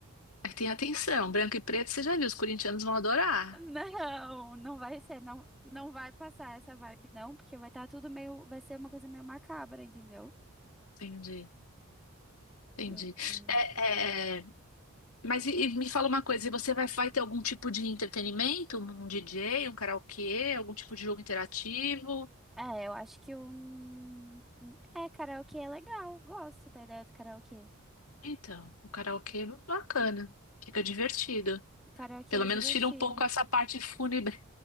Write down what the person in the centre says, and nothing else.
Não, não vai ser, não, não vai passar essa vibe, não, porque vai estar tudo meio, vai ser uma coisa meio macabra, entendeu?
Hum, hum.
É, eu acho que um. um- É, karaokê é legal, gosto da ideia do karaokê.
Karaokê
é
divertido.